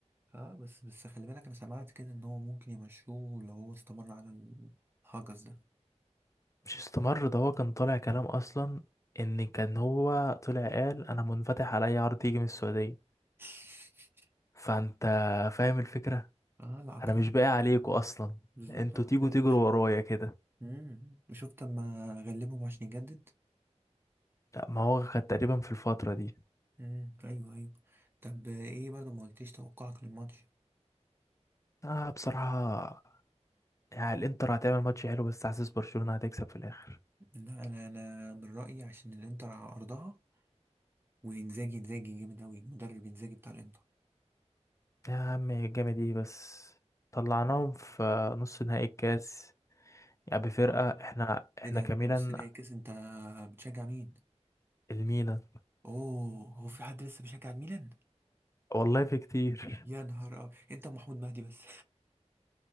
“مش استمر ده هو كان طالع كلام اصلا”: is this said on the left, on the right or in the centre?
Left